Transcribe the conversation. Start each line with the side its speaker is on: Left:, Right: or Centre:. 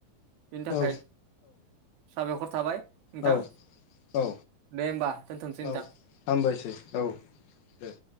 Right: बेनि थाखाय
Left: औ
Right: साबायख'र थाबाय नोंथां
Left: औ औ
Right: दे होमबा दोनथ'नोसै नोंथां
Left: औ हामबायसै औ दे